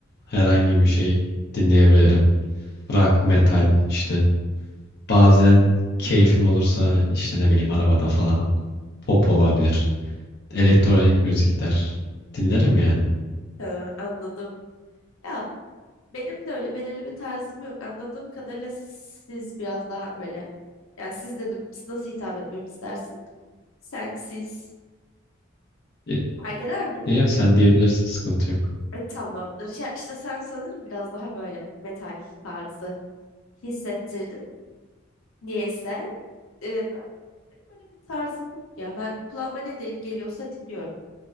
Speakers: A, on the left; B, on the left.
A: herhangi bir şey dinleyebilirim. Rock, metal işte bazen keyfim olursa işte ne bileyim arabada falan pop olabilir. Elektronik müzikler dinlerim yani.
B: Tamam, anladım. Ya benim de öyle belirli bir tarzım yok. Anladığım kadarıyla siz biraz daha böyle ya siz dedim siz nasıl hitap etmemi istersin? Sen siz
A: Ya,
B: fark eder mi?
A: ya sen diyebilirsin sıkıntı yok.
B: E, tamamdır. Ya, işte sen sanırım biraz daha böyle metal tarzı hissettirdin. Niyeyse e, ben benim öyle bir tarzım yok ya. Ben kulağıma ne de geliyorsa dinliyorum.